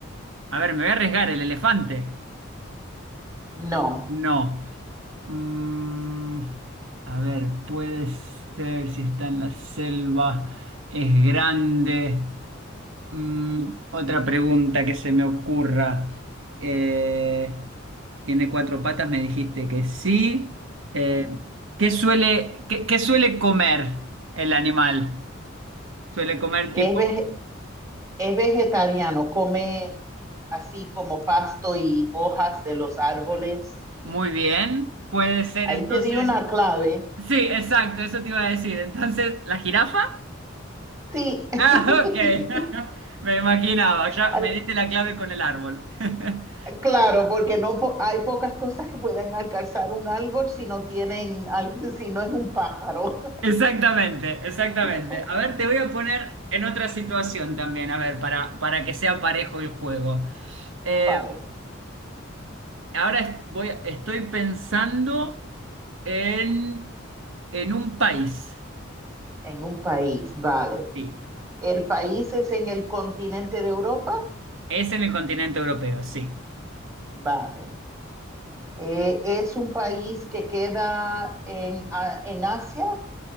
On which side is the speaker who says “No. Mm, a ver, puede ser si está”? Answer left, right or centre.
Right